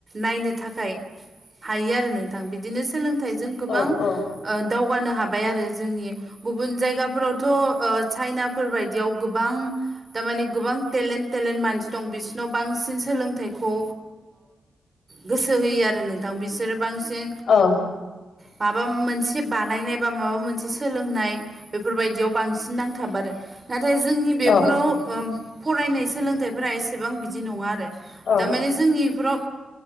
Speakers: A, on the right; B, on the left.
A: नायनो थाखाय हायो आरो नोंथां बिदिनो सोलोंथाइजों गोबां
B: औ
A: दावगानो हाबाय आरो जोंनि गुबुन जायगाफोरावथ' चाइनाफोर बायदियाव गोबां थारमाने गोबां टेलेन्ट टेलेन्ट मानसि दं बिसिोरनाव बांसिन सोलोंथाइखौ गोसो होयो आरो नोंथां बिसोरो बांसिन
B: औ
A: माबा मोनसे मोनसे बानायनाय बा माबा मोनसे सोलोंनाय बेफोरबायदियाव बांसिन नांथाब आरो नाथाय जोंनि बेफोराव
B: औ
A: फरायनाय सोलोंथाइफोरा एसेबां बिदि बिदि नङा आरो
B: औ
A: दारमाने जोंनिफोराव